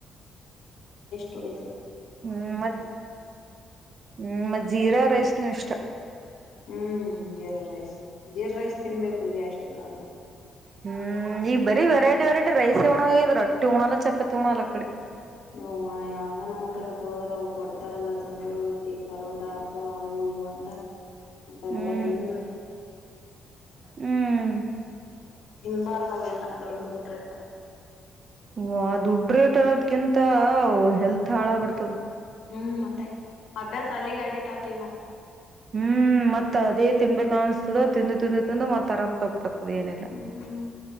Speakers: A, on the left; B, on the right.
A: ತುಡಿತ
B: ಹ್ಮ್ ಮತ್ತ ಹ್ಮ್ ಮತ್ತ ಜೀರಾ ರೈಸ್ ನೆಸ್ಟ್
A: ಹ್ಮ್ ಜೀರಾ ರೈಸ್ ಜೀರ್ ರೈಸ್ ತಿನ್ಬೇಕು ಗ್ಯಾಸ್ಕ್ ಆಗಲ್ಲ
B: ಹ್ಮ್ ಈಗ ಬರಿ ವರೈಟಿ ವೆರೈಟಿ ರೈಸ ಉಣಂಗಗಿದ್ರರು ರಟ್ಟಿ ಉಣಲ್ಲ ಚಪಾತಿ ಉಣಲ್ಲ ಆ ಕಡೆ
A: ಹಓ್ ಯಾವ್ದ ನ ಹೋಟೆಲ್ ಹೋದರು ಅವ ಕೊಡ್ತಾರಲ್ಲ ತಂದರು ರೊಟ್ಟಿ ಪರೋಟಾ ಹಪ್ಪಲ ಅ ಇವು ಅಂತ ಅಂತವೆೆಲ್ಲಾ
B: ಹ್ಮ್
A: ತಿಂದು
B: ಹ್ಮ್
A: ತಿನ್ಬಾರ್ದ್ಲ್ಲಾ ದೊಡ್ಡ ದದುಟ್ರೆಟ
B: ವ ದುಡ್ಡ ರೇಟ್ ಅರೋದ್ಕಿಂತ ಹೆಲ್ತ್ ಹಾಳ ಬಿಡ್ತದ
A: ಹ್ಮ್ ಮತ್ತೆ ಅಭ್ಯಾಸ ಅಲ್ಲಿಗೆ ಅಡಿಟ್ ಆಗ್ತೀವಿ ನಾವು
B: ಹ್ಮ್ ಮತ್ ಅದೇ ತಿನ್ಬೇಕು ಅನ್ಸ್ತದ ತಿಂದು ತಿಂದು ತಿಂದು ಮತ್ತ ಆರಾಮ್ ತಪ್ಪ ಬರ್ತದ ಏನಿಲ್ಲ
A: ಹ್ಮ್ ಹ್ಮ್